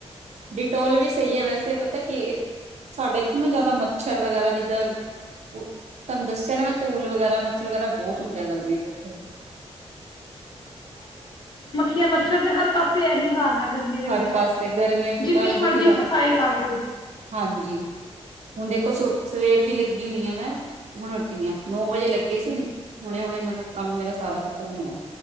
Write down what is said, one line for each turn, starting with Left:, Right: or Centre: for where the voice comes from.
Right: ਡਿਟੋਲ ਵੀ ਸਹੀ ਹੈ ਵੈਸੇ, ਪਤਾ ਕਿ ਏ ਸਾਡੇ ਇੱਥੇ ਨਾ ਜ਼ਿਆਦਾ ਮੱਛਰ ਵਗੈਰਾ ਜਿੱਦਾਂ ਤੁਹਾਨੂੰ ਦੱਸਿਆ ਨਾ ਮੈਂ ਧੂਲ ਵਗੈਰਾ, ਮੱਛਰ ਵਗੈਰਾ ਬਹੁਤ ਹੁੰਦੇ ਗਰਮੀਆਂ ਚ ਏਥੇ।
Left: ਇਹ ਮੱਛਰ ਤੇ ਹਰ ਪਾਸੇ ਇਹੀ ਹਾਲ ਹੈ। ਗਰਮੀ ਦੇ
Right: ਹਰ
Left: ਵਿੱਚ।
Right: ਪਾਸੇ ਗਰਮੀਆਂ ਵਿੱਚ
Left: ਜਿੰਨੀ
Right: ਤਾਂਈ ਦੁਖੀ
Left: ਮਰਜ਼ੀ
Right: ਕਰ,
Left: ਸਫ਼ਾਈ ਕਰ ਲਓ।
Right: ਹਾਂਜੀ ਹੁਣ ਦੇਖੋ ਸ ਸਵੇਰ ਦੀ ਲ ਗੀ ਹੋਈ ਆ ਮੈਂ। ਹੁਣੋ ਉਠੀ ਆਂ ਨੋ ਵਜੇ ਲੱਗੀ ਸੀ ਹੁਨ ਹੁਣੇ-ਹੁਣੇ ਮਤਲਬ ਕੰਮ ਮੇਰਾ ਸਾਰਾ ਖ਼ਤਮ ਹੋਇਆ।